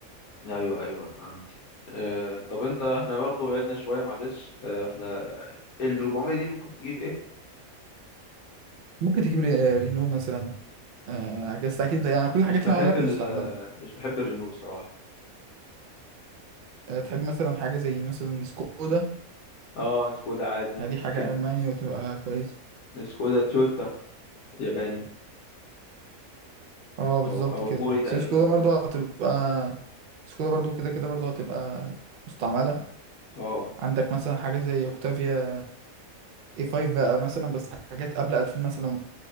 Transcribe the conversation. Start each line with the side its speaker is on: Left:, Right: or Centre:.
Left: ايوه ايوه فهمت آه طب انت احنا برضو بعدنا شويه معلش آه احنا ال 400 دي ممكن تجيب ايه
Right: ممكن تجيب ري- آه، رينو مثلا آه، بس أكيد يعني كل
Left: مش
Right: الحاجات
Left: بحب
Right: اللي أنا هقول لك
Left: ال
Right: مستعملة
Left: مش بحب الرينو صراحه
Right: آه، تحب مثلا حاجة زي مثلا سكودا
Left: اه سكودا عادي
Right: يعني دي
Left: ممكن
Right: حاجة ألماني وتبقى كويس
Left: سكودا تويوتا ياباني
Right: اه بالظبط
Left: او او
Right: كده
Left: كوري تقريبا
Right: بس سكودا برضو هتبقى سكودا برضو كده كده برضو هتبقى مستعملة
Left: اه
Right: عندك مثلا حاجة زي أوكتافيا اي 5 بقى مثلا بس حاجات قبل 2000 مثلا